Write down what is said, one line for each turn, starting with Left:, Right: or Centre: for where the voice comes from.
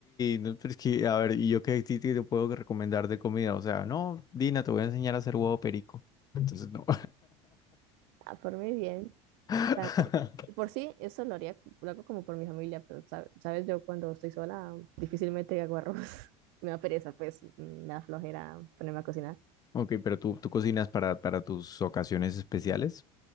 Left: no, pero es que, a ver, ¿y yo qué a ti te puedo recomendar de comida? O sea, no, Dina, te voy a enseñar a hacer huevo perico. Entonces, no.
Right: Ah, por mí bien.
Left: <laughs>
Right: También, por sí, eso lo haría, co- lo hago como por mi familia, pero sabe- sabes, yo cuando estoy sola difícilmente hago arroz. <laughs> Me da pereza, pues, mm, me da flojera ponerme a cocinar.
Left: Ok, pero tú, tú cocinas para, para tus ocasiones especiales,